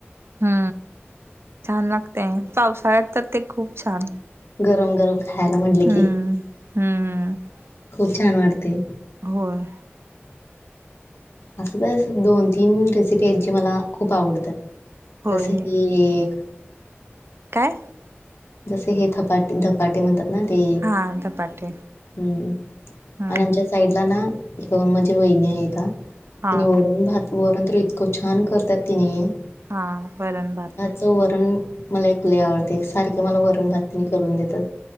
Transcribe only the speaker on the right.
हा छान लागतेय पावसाळ्यात तर ते खूप छान
हम्म
हम्म
होय.
होय
काय?
हा धपाटे
हम्म
हा
हा वरण भात.